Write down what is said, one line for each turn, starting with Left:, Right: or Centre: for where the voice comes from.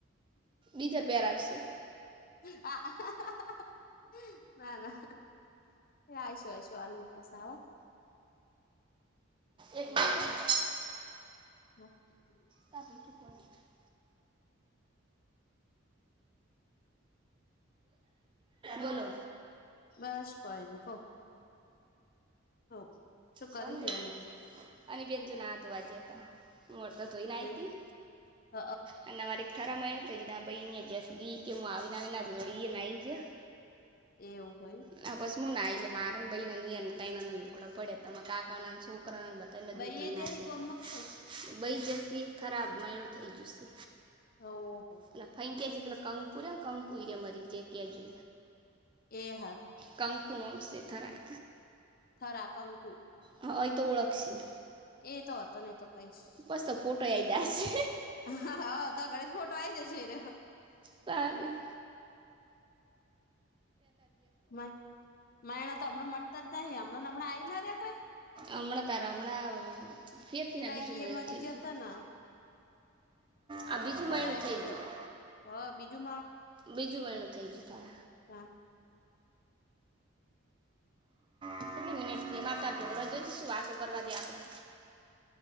Right: બીજા પેરાવ શે.
Left: હાહા. ના, ના એ આઈશું-આઈશું હાલની પસ આવ.
Right: એક
Left: એ
Right: મિનિટ
Left: જ પણ <unintelligible>
Right: તા પસી કોણ <unintelligible> બોલો
Left: બસ કોઈ ની કો. હન, શું કરી
Right: શાંતિ
Left: હે અને <unintelligible>
Right: અને બેન જુ ન આ ધોવા જ્યો તો, મોઢ તો ધોઈન આઈ
Left: એ
Right: તી.
Left: હ
Right: અન વરી થારામાં એમ થઈ ગયું ના ભઈ ઈનયે જસબી કે મુ આવી ન આવી ના જવ ઈય નાઈન જ્યાં.
Left: એવું હોય.
Right: ના બસ મુ નાઈ લે મારન, બઈને ન ઈયન. દઈનાના લુઘડા પડ્યા. તમ કાકાના ન, છોકરાના ન બધા ન
Left: ભાઈ
Right: લજની ધોય
Left: એ જે
Right: નાખશે
Left: ગોમક
Right: તો
Left: શું
Right: બઈ જસી ખરાબ મેણું થઈ જશે.
Left: ઓહો
Right: પેલા ફેઈકે જે પેલા કંકુર કંકુ ઈરયા મરી જાય કે જો
Left: એ હારુ.
Right: કંકુ નોમ સે થરા.
Left: થરા કંકુ.
Right: હ હઅ ઈ તો ઓળખશી.
Left: એ તો હતો ને તો કઈશ.
Right: પસ તો ફોટો આઈ જાશે.
Left: હઅ, હઅ તા ઘડી ફોટો આઈ જશે ને.
Right: સારી.
Left: મ મયણા તો અમણાં મરતો જ નહી અમણાં-અમણાં આઈ ના રે કોઈ
Right: અમણા તાર અમણાં ફેરતી
Left: પેલા
Right: ન આ બીજું
Left: ઈ
Right: મહિનું
Left: એ મરી
Right: થઈ
Left: ગયો
Right: ગયુ.
Left: હતો ને
Right: આ બીજું
Left: થરાય
Right: મહિનું થઈ
Left: બીજો
Right: જયું,
Left: હ બીજું
Right: બીજું મહિનું થઈ જયું તાર.
Left: તા. <inaudible>
Right: કેટલી મિનિટ થઈ માર તાન <unintelligible> શું વાતો કરવા દે આપડન.